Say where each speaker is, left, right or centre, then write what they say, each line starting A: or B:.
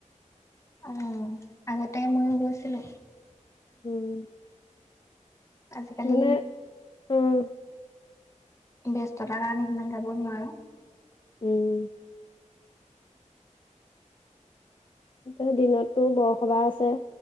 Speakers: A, on the left (about 25°); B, on the left (about 40°).
A: অ আগতে মই গৈছিলোঁ।
B: উম।
A: আজিকালি
B: মানে উম।
A: ব্যস্ততাৰ কাৰণে সিমান যাব নোৱাৰো।
B: উম। এ দিনতটো বৰসভা আছে,